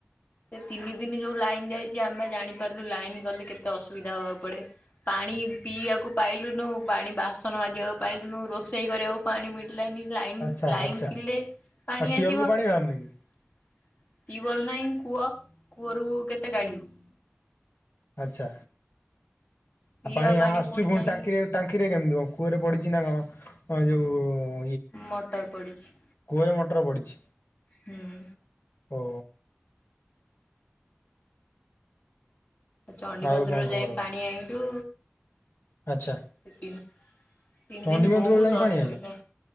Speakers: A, on the left; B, on the left.
A: ସେ ତିନି ଦିନି ଯୋଉ ଲାଇନ୍ ଯାଇଚି ଆମେ ବା ଜାଣିପାରଲୁ ଲାଇନ୍ ଗଲେ କେତେ ଅସୁବିଧା ହବାକୁ ପଡ଼େ। ପାଣି ପିଇବାକୁ ପାଇଲୁନୁ ପାଣି ବାସନ ମାଜିବାକୁ ପାଇଲୁନୁ ରୋଷେଇ କରିବାକୁ ପାଣି ମିଳ ଲାନି ଲାଇନ୍
B: ଆଚ୍ଛା
A: ଲାଇନ୍
B: ଆଚ୍ଛା
A: ଥିଲେ ପାଣି
B: ଆଉ
A: ଆସିବ।
B: ଟିଅଲରୁ ପାଣି
A: ଟିୱଲ୍
B: ବାହାରୁନି କି
A: ନାହିଁ କୂଅ। କୂଅରୁ କେତେ କାଢ଼ିବୁ?
B: ଆଚ୍ଛା
A: ପିଇବା
B: ଆ ପାଣି ଆ ଆସୁଚି
A: ପୁଣି
B: ଫୁଣି
A: ଯାଇ
B: ଟାଙ୍କିରେ ଟାଙ୍କିରେ କେମିତି କଁ କୂଅରେ ପଡ଼ିଚି ନାଁ କଁ ଯୋଉ
A: ମଟର୍ ପଡ଼ିଚି।
B: କୂଅରେ ମଟର୍ ପଡ଼ିଛି?
A: ହୁଁ।
B: ଓ।
A: ଚଣ୍ଡି
B: ଆଉ
A: ମନ୍ଦିରରୁ
B: କଣ
A: ଯାଇ
B: ଖବର
A: ପାଣି
B: କହ
A: ଆଇଁଲୁ।
B: ଆଚ୍ଛା।
A: ସେ ତିନ୍ ତିନ୍
B: ଚଣ୍ଡୀ
A: ଦିନ୍
B: ମନ୍ଦିରରୁ
A: ବହୁତ
B: ଯାଇ ପାଣି
A: ଅସୁବିଧା।
B: ଆଇଲ